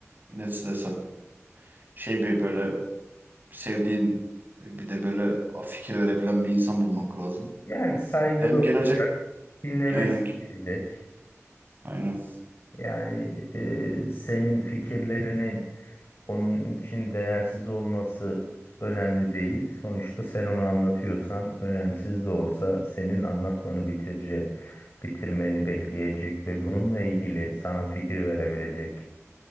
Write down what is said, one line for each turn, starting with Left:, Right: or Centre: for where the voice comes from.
Right: nasıl desem şey bir böyle sevdiğin bir de böyle fikir verebilen bir insan bulmak lazım.
Left: Yani saygılı
Right: Hem gelecek
Left: olacak, dinlemesi
Right: aynen
Left: gelecek.
Right: aynen
Left: Yani e, senin fikirlerinin Onun için değersiz olması önemli değil. Sonuçta sen onu anlatıyorsan önemsiz de olsa senin anlatmanı bitirce bitirmeni bekleyecek ve bununla ilgili sana fikir verebilecek,